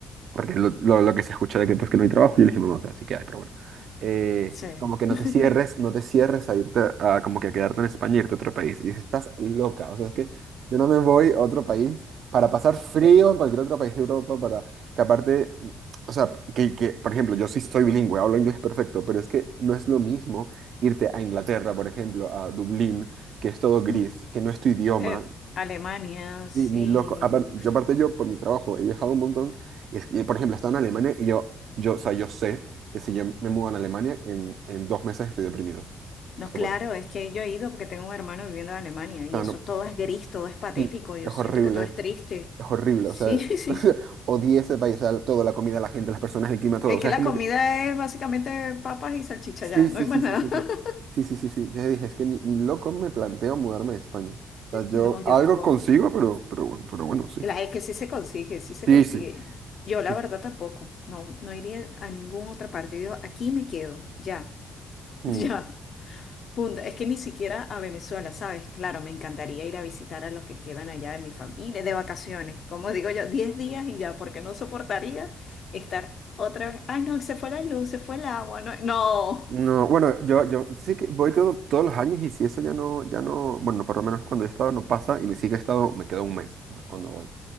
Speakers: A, on the right (about 70°); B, on the left (about 55°).
A: porque lo, lo- lo que se escucha de que, pues, que no hay trabajo, yo le dije, mamá, o sea, sí que hay, pero bueno. Eh,
B: Sí.
A: como que no
B: <laughs>
A: te cierres, no te cierres a irte, a, como que a quedarte en España, irte a otro país. Y dice, estás loca, o sea, es que yo no me voy a otro país para pasar frío en cualquier otro país de Europa, para que aparte, o sea, que, que, por ejemplo, yo sí soy bilingüe, hablo inglés perfecto, pero es que no es lo mismo irte a Inglaterra, por ejemplo, a Dublín, que es todo gris,
B: Mm,
A: que no es tu idioma,
B: eh, Alemania, sí.
A: Sí, ni loco. Apar- yo aparte yo por mi trabajo he viajado un montón. Y, es- y, por ejemplo, he estado en Alemania y yo, yo, o sea, yo sé que si yo me mudo a Alemania, en, en dos meses estoy deprimido. O
B: No,
A: sea,
B: claro,
A: por- o
B: es que yo he ido porque tengo un hermano viviendo en Alemania y
A: sea,
B: eso
A: no-
B: todo es gris, todo es patético,
A: sí,
B: yo
A: es
B: siento
A: horrible,
B: que todo es triste.
A: es horrible.
B: Sí,
A: O sea,
B: <laughs> sí,
A: <laughs>
B: sí.
A: odié ese país, o sea, todo, la comida, la gente, las personas, el clima, todo.
B: Es
A: O
B: que
A: sea,
B: la
A: es como
B: comida
A: que...
B: es básicamente papas y salchicha
A: Sí,
B: ya, no
A: sí,
B: hay
A: sí,
B: más
A: sí,
B: nada.
A: sí, sí.
B: <laughs>
A: Sí, sí, sí, sí. Ya dije, es que ni, ni loco me planteo mudarme de España. O sea, yo
B: No, yo
A: algo
B: tampoco.
A: consigo, pero, pero, bueno- pero bueno, sí.
B: La, es que sí se consigue, sí se
A: Sí,
B: consigue.
A: sí.
B: Yo la
A: Sí.
B: verdad tampoco, no, no iría a ninguna otra parte. Yo digo, aquí me quedo, ya, <laughs>
A: Hmm.
B: ya. Punto. Es que ni siquiera a Venezuela, ¿sabes? Claro, me encantaría ir a visitar a los que quedan allá de mi familia, de vacaciones, como digo yo, 10 días y ya, porque no soportaría estar otra vez. Ay, no, se fue la luz, se fue el agua, no. No.
A: No, bueno, yo, yo sí que voy todo- todos los años y si eso ya no, ya no, bueno, por lo menos cuando yo he estado no pasa y ni siquiera he estado, me queda un mes cuando voy.